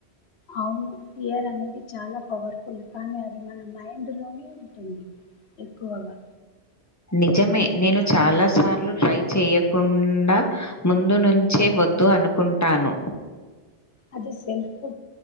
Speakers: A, on the left; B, on the left.
A: అవును ఇియర్ అనేది చాలా పవర్ఫుల్ కానీ అది మన మైండ్లోనే ఉంటుంది ఎక్కువగా
B: నిజమే నేను చాలా సార్లు ట్రై చేయకుండా ముందు నుంచే వద్దు అనుకుంటాను
A: అది సెల్ఫ్